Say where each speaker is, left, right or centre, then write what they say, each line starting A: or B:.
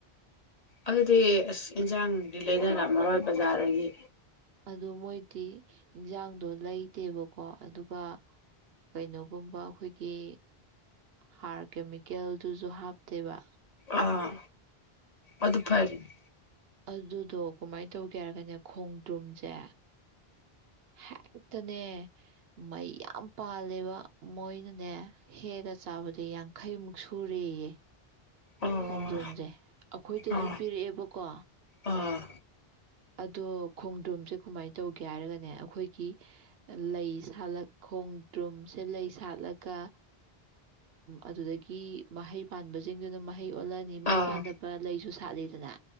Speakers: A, on the left; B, on the right.
A: ꯑꯗꯨꯗꯤ ꯑꯁ ꯏꯟꯁꯥꯡꯗꯤ ꯂꯩꯗꯅꯔꯝꯃꯔꯣꯏ ꯕꯖꯥꯔꯗꯒꯤ
B: ꯑꯗꯨ ꯃꯣꯏꯗꯤ ꯏꯟꯁꯥꯡꯗꯣ ꯂꯩꯗꯦꯕꯀꯣ ꯑꯗꯨꯒ ꯀꯩꯅꯣꯒꯨꯝꯕ ꯑꯩꯈꯣꯏꯒꯤ ꯍꯥꯔ ꯀꯦꯃꯤꯀꯦꯜꯗꯨꯁꯨ ꯍꯥꯞꯇꯦꯕ
A: ꯑꯥ ꯑꯗꯨ ꯐꯔꯤꯅꯤ
B: ꯑꯗꯨꯗꯣ ꯀꯃꯥꯏꯅ ꯇꯧ ꯍꯥꯏꯔꯒꯅꯦ ꯈꯣꯡꯗ꯭ꯔꯨꯝꯁꯦ ꯍꯦꯛꯇꯅꯦ ꯃꯩꯌꯥꯝ ꯄꯥꯜ <unintelligible> ꯃꯣꯏꯅꯅꯦ ꯍꯦꯛꯑꯒ ꯆꯥꯕꯗ ꯌꯥꯡꯈꯩꯃꯨꯛ ꯁꯨꯔꯦꯌꯦ
A: ꯑꯣ
B: ꯈꯣꯡꯗꯔꯨꯝꯁꯦ ꯑꯩꯈꯣꯏꯗꯁꯨ
A: ꯑꯥ
B: ꯄꯤꯔꯛꯑꯦꯕꯀꯣ
A: ꯑꯥ
B: ꯑꯗꯣ ꯈꯣꯡꯗ꯭ꯔꯨꯝꯁꯦ ꯀꯃꯥꯏꯅ ꯇꯧꯒꯦ ꯍꯥꯏꯔꯒꯅꯦ ꯑꯩꯈꯣꯏꯒꯤ ꯂꯩ ꯁꯥꯠꯂ ꯈꯣꯡꯗ꯭ꯔꯨꯝꯁꯦ ꯂꯩ ꯁꯥꯠꯂꯒ ꯑꯗꯨꯗꯒꯤ ꯃꯍꯩ ꯄꯥꯟꯕꯁꯤꯡꯗꯨꯅ ꯃꯍꯩ ꯑꯣꯠꯂꯅꯤ ꯃꯍꯩ
A: ꯑꯥ
B: ꯄꯥꯟꯗꯕ ꯂꯩꯁꯨ <unintelligible> ꯂꯤꯗꯅ